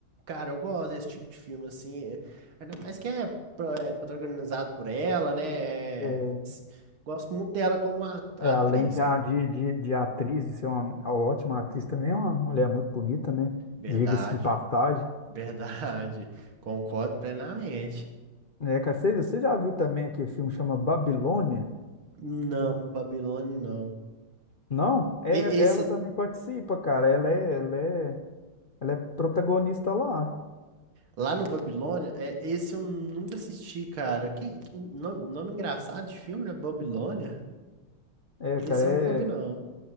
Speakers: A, on the right; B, on the left.
A: Cara, eu gosto desse tipo de filme assim, é- ainda mais que é, pro- é protagonizado por ela, né? É,
B: É.
A: s- gosto muito dela como a, atriz,
B: É, além de,
A: cara.
B: a- de, de, de atriz, de ser uma ótima atriz, também é uma mulher muito bonita, né?
A: Verdade.
B: Diga-se de passagem.
A: Verdade, <laughs> concordo plenamente.
B: É, cara, você, você já viu também aquele filme que chama Babilônia?
A: Não, Babilônia não.
B: Não? É,
A: E- esse
B: ela também participa, cara. Ela é, ela é, ela é protagonista lá.
A: lá no Babilônia, é, esse eu nunca assisti, cara. Que, que nome, nome engraçado de filme, né? Babilônia?
B: É,
A: Esse
B: cara, é,
A: eu nunca vi, não.